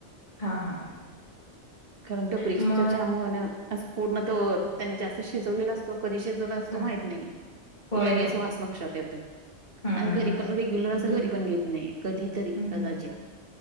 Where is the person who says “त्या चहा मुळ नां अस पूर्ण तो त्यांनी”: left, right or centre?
Right